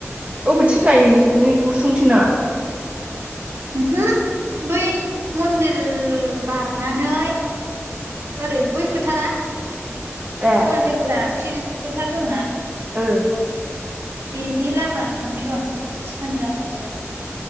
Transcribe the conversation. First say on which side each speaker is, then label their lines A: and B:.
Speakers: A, on the right; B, on the right.
A: अबेथिं गायो सिनानै उसुंसै थिं नामा?
B: उमहु बै मन्दिर बारनानै ओरै बै फोथारा।
A: ए
B: फल जोगोनार। फिल फोथार दंना?
A: ओयो।
B: बिनि लामा थांनाय दं सानजाहाजों